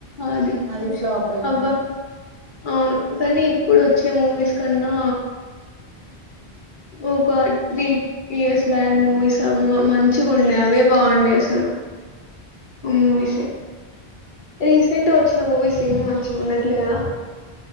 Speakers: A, on the left; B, on the right.
A: ఆది
B: అది ఫ్లాప్ అయింది
A: అబ్బ్వ అవును కానీ ఇప్పుడు వచ్చే మూవీస్ కన్నా ఒక త్రీ ఇయర్స్ బ్యాక్ మూవీస్ మంచిగా ఉండ్నే అవే బావుండి అసలు ఉమ్ మూవీసే రీసెంట్ గా వచ్చిన మూవీస్ ఏమి మంచిగా ఉన్న ట్లేదా